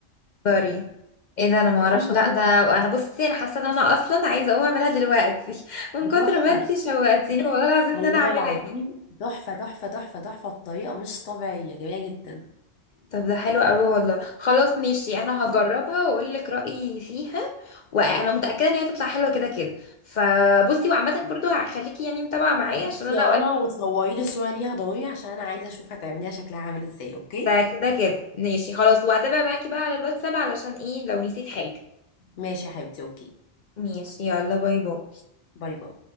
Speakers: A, on the left; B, on the left.
A: سوري ايه ده انا ما
B: تمام
A: اعرفش لا ده انا بصي انا حاسه ان انا اصلا عايزه اقوم اعملها دلوقتي <laughs> من
B: دي
A: كتر
B: تحفه
A: ما انتي شوقتيني والله العظيم
B: والله
A: ان انا اعملها
B: العظيم تحفه تحفه تحفه تحفه بطريقه مش طبيعيه جميله جدا
A: طب ده حلو قوي والله خلاص ماشي انا هجربها واقول لك رايي فيها وانا متاكده ان هي هتطلع حلوه كده كده فبصي وعامه برضو هخليكي يعني متابعه معايا
B: بصي
A: عشان انا
B: يا
A: اوقات
B: رنا وصوري لي الصوره ليها ضروري عشان انا عايزه اشوف هتعمليها شكلها عامل ازاي اوكي
A: ده كده كده ماشي خلاص وهتابع معاكي بقى على الواتساب علشان ايه لو نسيت حاجة
B: ماشي يا حبيبتي اوكي
A: ماشي يلا باي باي
B: باي باي